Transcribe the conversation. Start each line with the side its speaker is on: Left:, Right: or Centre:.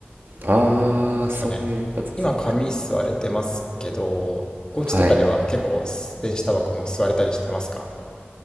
Right: あ
Left: どうですかね。
Right: ー、そういうことです。
Left: 今紙吸われてますけど、お家とかでは結構電子タバコも吸われたりしてますか
Right: はい。